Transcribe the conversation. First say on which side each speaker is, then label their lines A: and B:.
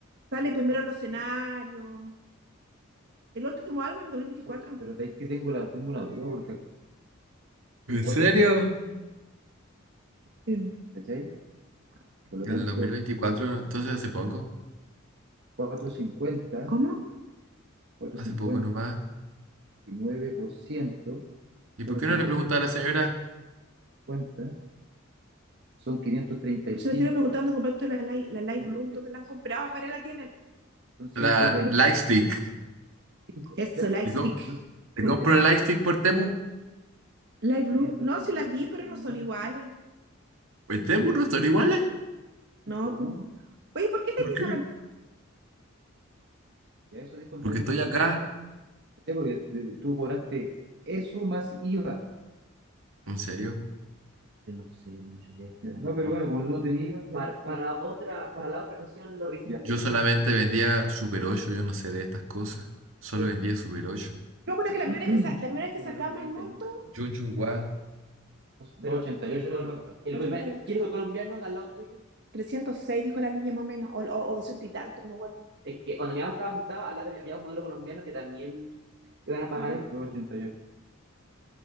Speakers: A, on the right; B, on the right.
A: Sale primero en los escenarios. El último álbum, el dos mil veinticuatro Pero sabéis que tengo la, tengo una duda porque acá
B: ¿En
A: son 4.50,
B: serio?
A: Sí. ¿cachai? Por lo
B: El
A: tanto,
B: 2024, entonces hace poco,
A: cuatro cincuenta ¿Cómo? cuatrocientos
B: hace poco
A: cincuenta
B: nomás.
A: y nueve por ciento
B: ¿Y
A: son
B: por qué
A: ochocientos
B: no le preguntaba a la señora
A: cincuenta son quinientos treinta y cinco. Se me estoy 535, preguntando, ¿compraste la, Light- la Light Bloom? ¿Dónde la han comprado? ¿Para la tienen? son ciento
B: la
A: treinta
B: Lightstick?
A: 35, Eso, ¿viste? Lightstick.
B: ¿Te, com- te
A: 35
B: compro el Lightstick por Temu?
A: Light Blue. No, sí la vi, pero no son iguales.
B: por Temu
A: debería
B: no
A: ser
B: son iguales?
A: No, po. Oye, ¿por qué tenía
B: ¿Por qué?
A: esa pantalla? y a eso descontar
B: Porque
A: el
B: estoy
A: impuesto.
B: acá,
A: ¿eh? Porque eh, tú cobraste eso más IVA.
B: en serio.
A: Yo no sé mucho de esto. No, pero bueno, como tú no tenías IVA, ya- Para, para otra, para la otra ocasión lo revisamos
B: Yo solamente vendía Super ocho yo no sé de estas cosas. Solo
A: Yo
B: vendía Super ocho
A: me que la primera vez que, sa- la primera vez que sacamos el monto
B: Jun Jun Hwa.
A: Pero ochenta. y ocho el, le marcaron. el primer- 88. ¿Quién dijo el colombiano de al lado tuyo? 306 dijo la niña más o menos, o, o, o 200 y tanto, no me acuerdo. Es que cuando mi mamá estaba sentada, al lado había un modelo colombiano que también iban a pagar. esto. ochenta Y ocho.